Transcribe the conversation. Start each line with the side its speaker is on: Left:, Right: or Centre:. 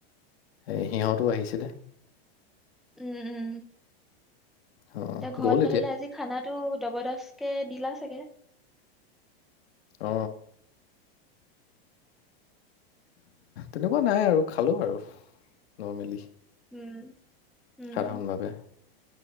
Left: স সিহঁতো আহিছিলে।
Centre: উম উম
Left: অ'
Centre: এতিয়া ঘৰত
Left: গ'ল
Centre: নহলে আজি খানাটো জবৰদস্ত কে দিলা চাগে?
Left: অ তেনেকুৱা নাই আৰু খালো আৰু নৰ্মেলি।
Centre: উম উম
Left: সাধাৰণভাৱে